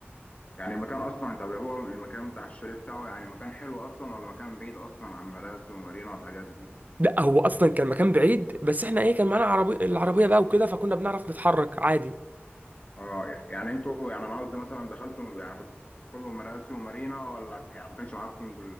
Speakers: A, on the left (about 30°); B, on the right (about 40°).
A: يعني المكان اصلا طب هو المكان بتاع الشاليه بتاعه يعني مكان حلو اصلا ولا مكان بعيد اصلا عن مراسي ومارينا والحاجات دي
B: لا هو أصلا كان مكان بعيد بس احنا ايه كان معانا عربي... العربية بقى وكده فكنا بنعرف نتحرك عادي
A: اه يعني انتوا يعني انا قصدي مثلا دخلتوا يعني كنتوا بتدخلوا مراسي ومارينا ولا يعني ما كانش معاكم